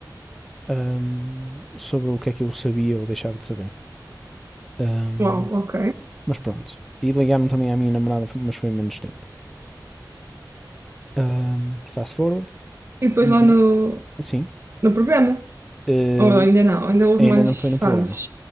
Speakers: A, in the centre; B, on the right.
A: hum, sobre o que é que eu sabia ou deixava de saber. Hum,
B: Uau, ok.
A: mas pronto. E ligaram também à minha namorada, mas foi em menos tempo. Hum, fast forward.
B: E depois
A: E,
B: lá no,
A: assim,
B: no programa.
A: eh,
B: Ou ainda não, ainda houve
A: ainda
B: mais
A: não foi no programa.
B: fases.